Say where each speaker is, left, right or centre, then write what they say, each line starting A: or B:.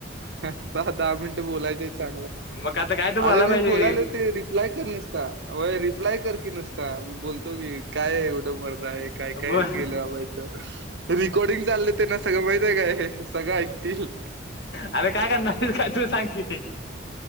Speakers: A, on the right (about 60°); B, on the left (about 55°).
A: दहा दहा मिनिट बोलायचे चांगलं
B: मग आता काय तर बोलायला
A: अरे मी
B: पाहिजे
A: बोलायले होते रिप्लाय कर नसता रिप्लाय कर की नसता बोलतो घे काय एवढं मर्दा हे काय, काय
B: बर
A: गेल्यावहित रेिकॉर्डिंग चालय तेना सगळं माहित आहे काय? सगळं ऐकतील.
B: आरे काय करणार हाईस काय तू सांग कि